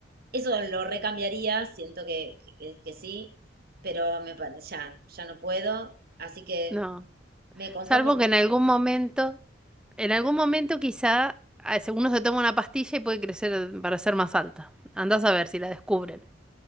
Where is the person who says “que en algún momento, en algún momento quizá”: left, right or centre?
Centre